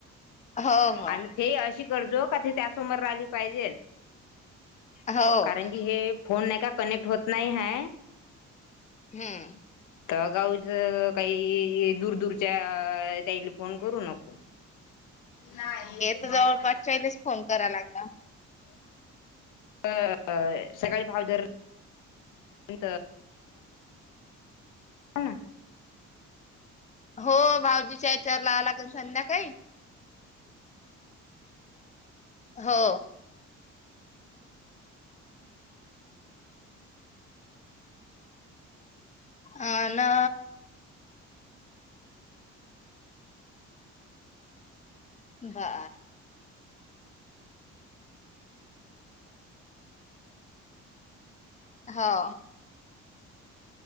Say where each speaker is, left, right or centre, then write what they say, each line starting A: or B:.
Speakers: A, on the left; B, on the left.
A: हो हो
B: आणि ते अशी करजो का ते त्यासमोर राहिली पाहिजे.
A: हो
B: कारण की हे फोन नाही का कनेक्ट होत नाही ह.
A: हम्म
B: तर गावच काही दूर दूरच्या त्याईला फोन करू नको. नाही त
A: तर
B: जा
A: जवळपासच्यालेच
B: <inaudible>
A: फोन कराय लागते.
B: अ सकाळी <inaudible> हा ना
A: हो भाऊजीच्या यांच्यावर ला लावला संध्याकाळी, हो हा ना हा हो